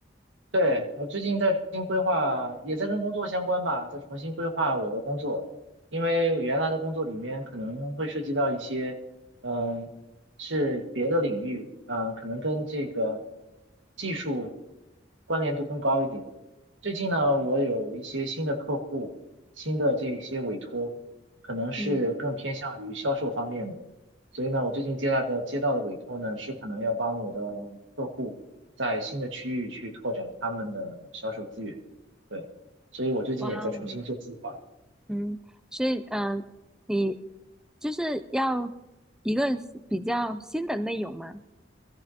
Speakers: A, on the right; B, in the centre.
A: 对，我最近在重新规划，也在跟工作相关吧，在重新规划我的工作，因为原来的工作里面可能会涉及到一些，嗯，是别的领域，嗯，可能跟这个技术关联度更高一点。最近呢，我有一些新的客户，新的这些委托，可能是更偏向于销售方面的。
B: 嗯，
A: 所以呢，我最近接到的接到的委托呢，是可能要帮我的客户在新的区域去拓展他们的销售资源。对，所以我最近也在重新做计划。
B: 哇哦，嗯，所以嗯、呃你就是要一个比较新的内容吗？